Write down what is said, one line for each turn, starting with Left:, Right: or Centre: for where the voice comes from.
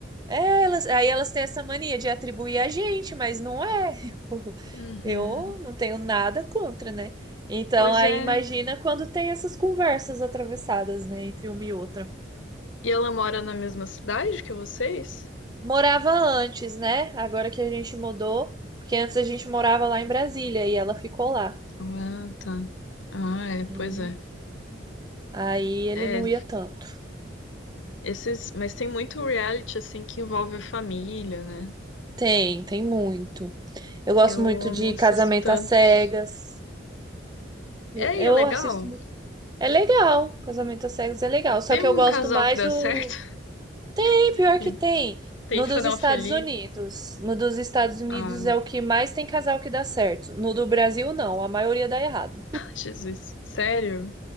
Right: é, elas, aí elas têm essa mania de atribuir a gente, mas não é. <laughs>
Left: Uhum,
Right: Eu, não tenho nada contra, né? Então,
Left: pois
Right: aí
Left: é.
Right: imagina quando tem essas conversas atravessadas, né, entre uma e outra.
Left: E ela mora na mesma cidade que vocês?
Right: Morava antes, né? Agora que a gente mudou, porque antes a gente morava lá em Brasília e ela ficou lá.
Left: Ah, tá. Ah, é, pois
Right: Aí,
Left: é.
Right: aí ele
Left: É,
Right: não ia tanto.
Left: esses, mas tem muito reality assim que envolve a família, né?
Right: Tem, tem muito. Eu gosto
Left: Eu
Right: muito de
Left: não assisto
Right: Casamento
Left: tantos.
Right: às Cegas. Eu,
Left: É,
Right: eu
Left: e é legal.
Right: assisto muito. É legal, casamento às cegas é legal. Só
Left: Tem
Right: que
Left: algum
Right: eu gosto
Left: casal
Right: mais
Left: que dá
Right: o.
Left: certo
Right: Tem
Left: <laughs>
Right: pior
Left: e
Right: que tem.
Left: tem
Right: No
Left: final
Right: dos Estados
Left: feliz?
Right: Unidos. No dos Estados Unidos
Left: Ah,
Right: é o que mais tem casal que dá certo. No do Brasil, não. A maioria dá errado.
Left: Jesus, sério?